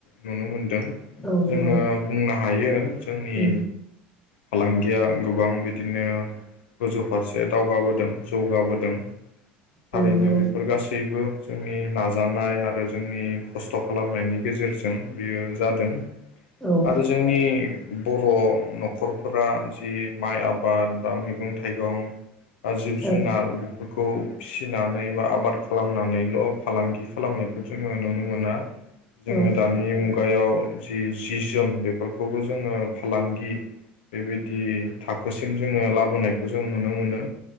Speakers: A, on the left (about 90°); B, in the centre.
A: नुनो मोनदों
B: औ
A: जोंङो
B: नंगौ
A: बुंनो ह। हायो। जोंनि
B: उम
A: फालांगिया गोबां बिदिनो गोजौ फारसे दावगाबोदों जौगाबोदों।
B: औ
A: थारैनो
B: नंगौ
A: बेफोर गासैबो जोंनि नाजानाय आरो जोंनि खस्थ' खालामनायनि गेजेरजों दों बेयो जादों
B: औ औ
A: आरो जोंनि। बर' न'खर। फोरा जि माइ आबाद बा मैगं थाइगं। बा जिब जुनार
B: औ
A: बेफोरखौ फिसिनानै बा आबाद। खालामनानैल फालांगि खालामनायखौ जोङो नुनो मोना। जोङो
B: औ
A: दानि मुगा गायाव जि जि जोम बेफोरखौबो जोङो फालांगि बेबायदि थाखोसिम जोङो लाबोनायखौ जों नुनो मोनो।